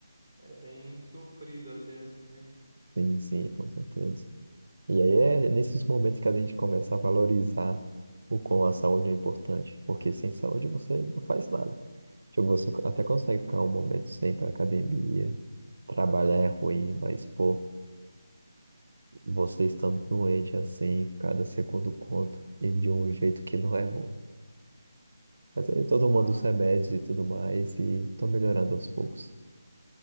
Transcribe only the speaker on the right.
Sim, sim, com certeza. E aí é nesses momentos que a gente começa a valorizar o quão a saúde é importante, porque sem saúde você não faz nada. Tipo, você até consegue ficar um momento sem ir pra academia, trabalhar é ruim, mas, pô, você estando doente assim, cada segundo conta, e de um jeito que não é bom. Mas aí eu tô tomando
os remédios e tudo mais, e tô melhorando aos poucos.